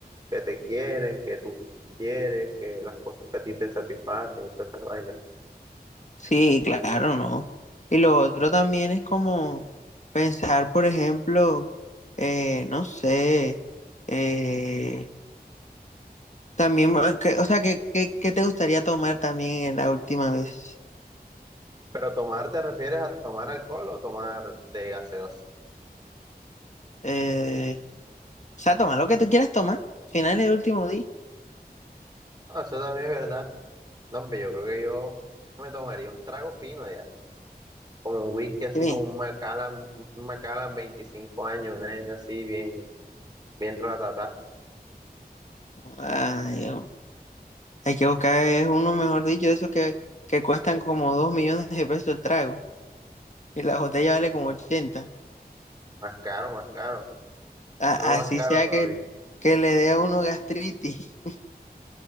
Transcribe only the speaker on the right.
que te quieren, que tú quieres, que las cosas que a ti te satisfacen y todas esas vainas.
Pero tomar, ¿te refieres a tomar alcohol o tomar de gaseosa?
Ah, eso también es verdad. No, hombre, yo creo que yo me tomaría un trago fino ya. Como un whisky, así
como un Macallan, un Macallan 25 años, una vaina así bien, bien ratatá.
Más caro, más caro.
No más
caro
todavía.